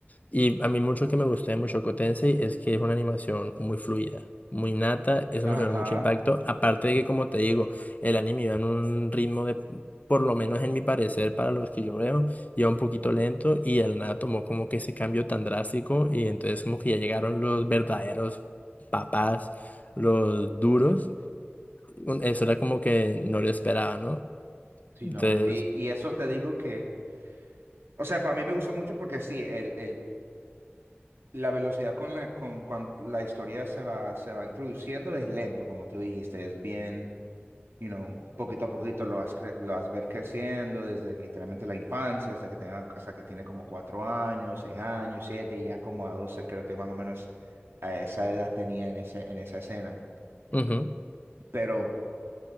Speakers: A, on the left; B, on the right.
A: Y a mí mucho que me gustó de Mushoku Tensei es que es una animación muy fluida, muy nata, eso
B: Ajá.
A: me generó mucho impacto. Aparte de que, como te digo, el anime iba en un ritmo de, por lo menos en mi parecer, para los que yo veo, iba un poquito lento y al nada tomó como que ese cambio tan drástico y entonces como que ya llegaron los verdaderos papás, los duros. Un- Eso era como que no lo esperaba, ¿no?
B: Sí,
A: Entonces,
B: no. Y, y eso te digo que. O sea, para mí me gustó mucho porque sí, el, el, la velocidad con la, con, cuan- la historia se va, se va introduciendo es lento, como tú dijiste. Es bien. you know, poquito a poquito lo vas, cre- lo vas ver creciendo desde literalmente la infancia hasta que tenga, hasta que tiene como cuatro años, seis años, siete, y ya como a doce, creo que más o menos a esa edad tenía en ese, en esa escena.
A: ujú,
B: Pero